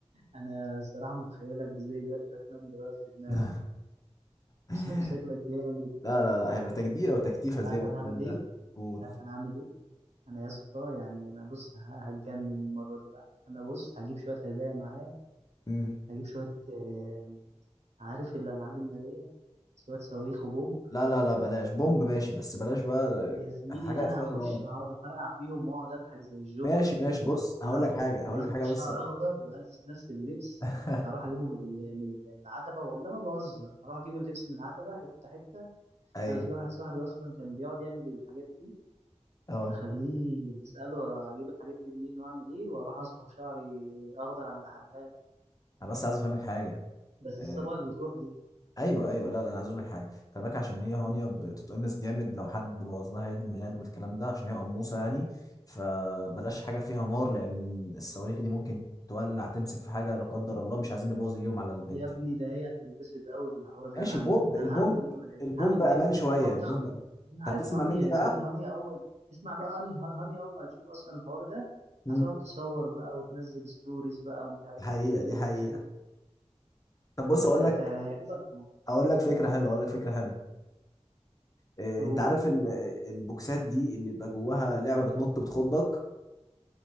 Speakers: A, on the right; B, on the left.
A: انا صراحة متخيلك ازاي ب- باتمان دلوقتي في دماغي
B: لا <laughs>
A: <laughs> شكلك جامد
B: لا لا لا هيبقى تجديرة وتكتيفة
A: انت
B: زي
A: عارف
B: باتمان
A: انا هعمل ايه
B: ده قول
A: انت عارف انا هعمل ايه انا يا اسطى يعني انا بص ه- هتجنن المره دي بقى انا بص هجيب شويه هدايا معايا
B: مم.
A: هجيب شويه آه، عارف الالعاب الناريه شويه صواريخ وبومب
B: لا لا لا بلاش بومب ماشي بس بلاش بقى
A: يا زميلي
B: حاجة
A: انا
B: فيها
A: هخش
B: نار
A: هقعد افرقع فيهم واقعد اضحك زي الجوكر
B: ماشي
A: كده
B: ماشي بص
A: تمام
B: هقول لك حاجة
A: وهظبط
B: هقول لك حاجة
A: شعر
B: بس
A: اخضر والبس نفس اللبس
B: <laughs>
A: هروح اجيبه من ال- من ال- من العتبه والله ما بهزر هروح اجيب اللبس من العتبه حته حته
B: ايوه
A: انا في واحد صاحبي اصلا كان بيقعد يعمل الحاجات دي
B: اه
A: هخليه اساله اجيب الحاجات دي منين واعمل ايه واروح اصبغ شعري اخضر عند الحلاق
B: انا بس عايز افهمك حاجة
A: بس
B: آه،
A: الصبغه اللي بتروح دي
B: ايوه ايوه لا لا انا عايز اقول لك حاجة خلي بالك عشان هي هانيا بتتقمص جامد لو حد بوظ لها عيد الميلاد والكلام ده عشان هي قموصة يعني فبلاش حاجة فيها نار لأن الصواريخ دي ممكن تولع تمسك في حاجة لا قدر الله مش عايزين نبوظ اليوم على البنت
A: يا ابني ده هي هتنبسط قوي بالحوار اللي
B: ماشي
A: انا هعمله
B: بومب
A: ده
B: البومب
A: انا هعمل نمره يا ابني
B: البومب
A: هعمل
B: امان
A: نمره
B: شويه
A: تقعد
B: البومب
A: تخ...
B: أمان.
A: انا
B: طب
A: عارف
B: تسمع
A: هانيا
B: مني
A: يا
B: بقى
A: زميلي هانيا اول اسمع بقى هانيا هانيا اول ما هتشوف اصلا الحوار ده
B: امم
A: هتقعد تصور بقى وتنزل ستوريز بقى ومش عارف
B: حقيقه
A: ايه
B: دي
A: ومش
B: حقيقه طب بص
A: هت-
B: اقول
A: هت-
B: لك
A: هيعجبك
B: اقول لك فكره حلوه اقول لك فكره حلوه إيه
A: و-
B: انت عارف ال- البوكسات دي اللي بيبقى جواها لعبه بتنط بتخضك